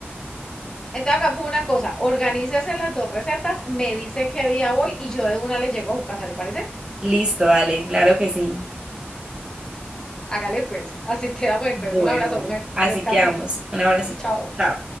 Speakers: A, on the left; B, on the right.
A: Entonces hagamos una cosa, organícese las dos recetas, me dice qué día voy y yo de una les llego a su casa, ¿le parece?
B: Listo, dale, claro que sí.
A: Hágale pues, así quedamos entonces.
B: Bueno,
A: Un abrazo,
B: vale.
A: mujer,
B: Así
A: descansa,
B: que vamos. Un abracito.
A: chao.
B: Chao.